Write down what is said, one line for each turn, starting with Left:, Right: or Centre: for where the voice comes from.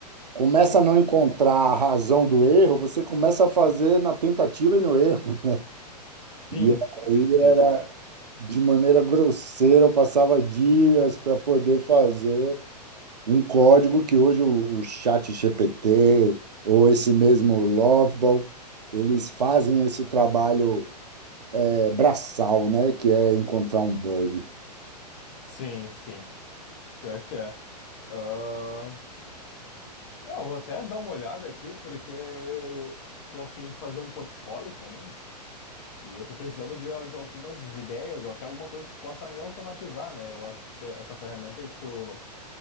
Right: começa a não encontrar a razão do erro, você começa a fazer na tentativa e no erro. E
Left: sim, pior
Right: aí,
Left: que
Right: é,
Left: sim, cara.
Right: de maneira grosseira, eu passava dias para poder fazer um código que hoje o, o chat GPT ou esse mesmo Loveball, eles fazem esse trabalho é, braçal, né? Que é encontrar um bug.
Left: Sim, sim, pior que é. Ahn, Eu vou até dar uma olhada aqui, porque eu tô a fim de fazer um portfólio pra mim. E eu tô precisando de, de algumas ideias ou até alguma coisa que possa me automatizar, né? Eu acho que cê- essa ferramenta aí que tu,